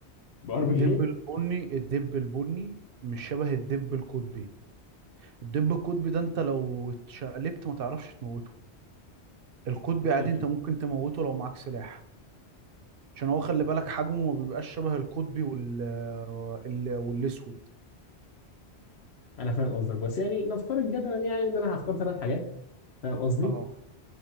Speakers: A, on the left; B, on the right.
A: بار
B: الدب
A: بي جي
B: البني الدب البني مش شبه الدب القطبي الدب القطبي ده انت لو اتشقلبت ما تعرفش تموته القطبي عادي
A: أمم.
B: انت ممكن تموته لو معاك سلاح عشان هو خلي بالك حجمه ما بيبقاش شبه القطبي وال ال- والاسود
A: انا فاهم قصدك بس يعني نفترض جدلا يعني ان انا هختار ثلاث حاجات فاهم قصدي
B: اه